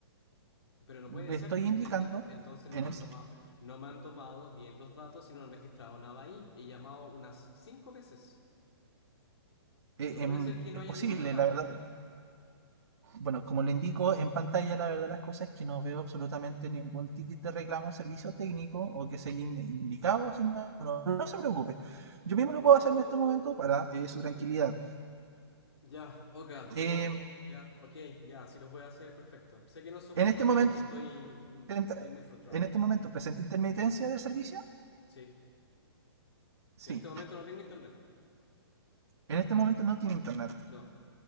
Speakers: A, on the left; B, on the right.
A: pero no puede
B: le
A: ser.
B: estoy indicando,
A: En- ent- entonces no
B: en
A: me
B: el-
A: han tomado, no me han tomado bien los datos y no han registrado nada ahí. He llamado unas cinco veces.
B: eh,
A: No
B: en-
A: puede ser que no
B: es
A: haya
B: posible,
A: ningún reclamo.
B: la verdad, bueno, como le indico en pantalla, la verdad las cosas es que no veo absolutamente ningún ticket de reclamo, servicio técnico o que se haya ind- indicado, general. no, no no se preocupe, yo mismo lo
A: Oh,
B: puedo hacer en este momento para eh,
A: qué
B: su
A: terrible.
B: tranquilidad.
A: Ya, oka, o
B: Eh,
A: ya, ok, ya, si lo puede hacer, perfecto. Sé que no es su
B: en
A: culpa,
B: este momento,
A: pero es que estoy, mm,
B: presenta-
A: estoy muy frustrado.
B: en este momento presenta intermitencia del servicio.
A: Sí.
B: Sí,
A: En este momento no tengo internet.
B: en este momento no tiene internet.
A: No.